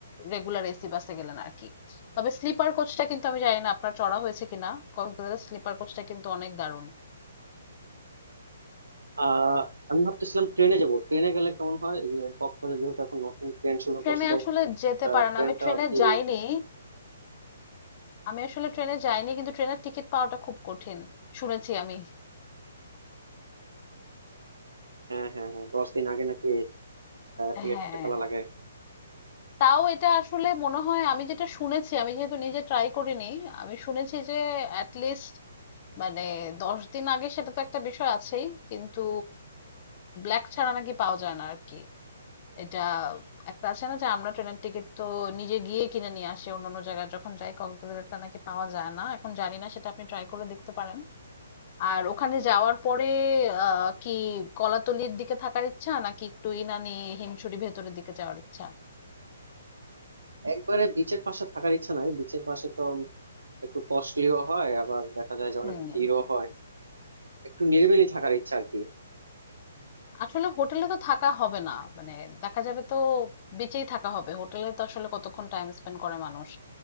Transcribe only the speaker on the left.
রেগুলার এসি বাসে গেলেন আর কি তবে স্লিপার কোচটা কিন্তু আমি জানি না আপনার চড়া হয়েছে কিনা কক্সবাজারের স্লিপার কোচটা কিন্তু অনেক দারুণ
ট্রেনে
আসলে যেতে
পারে
না আমি ট্রেনে
যাইনি আমি আসলে ট্রেনে যাইনি কিন্তু ট্রেনের টিকিট পাওয়াটা খুব কঠিন শুনেছি আমি
হ্যাঁ
তাও এটা আসলে মনে হয় আমি যেটা শুনেছি আমি যেহেতু নিজে ট্রাই করিনি আমি শুনেছি যে অ্যাট লিস্ট মানে দশ দিন আগে সেটা তো একটা বিষয় আছেই কিন্তু ব্ল্যাক ছাড়া নাকি পাওয়া যায় না আর কি এটা একটা আছে না যে আমরা ট্রেনের টিকিট তো নিজে গিয়ে কিনে নিয়ে আসি অন্যান্য জায়গায় যখন যাই কক্সবাজারটা নাকি পাওয়া যায় না এখন জানি না সেটা আপনি ট্রাই করে দেখতে পারেন আর ওখানে যাওয়ার পরে আহ কি কলাতলির দিকে থাকার ইচ্ছা নাকি একটু ইনানি হিমছড়ি ভেতরের দিকে যাওয়ার ইচ্ছা
হুম
আসলে হোটেলে তো থাকা হবে না মানে দেখা যাবে তো বেঁচেই থাকা হবে হোটেলে তো আসলে কতক্ষণ টাইম স্পেন্ড করে মানুষ